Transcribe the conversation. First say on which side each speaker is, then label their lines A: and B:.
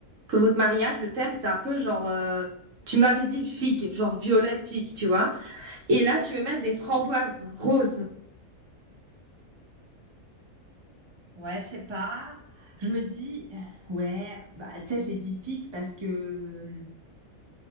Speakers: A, on the right; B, on the right.
A: que votre mariage, le thème, c'est un peu genre, euh, tu m'avais dit figue, genre violet figue, tu vois. Et là, tu veux mettre des framboises roses
B: ouais, je sais pas. Je me dis, ouais, bah tu sais, j'ai dit figue parce que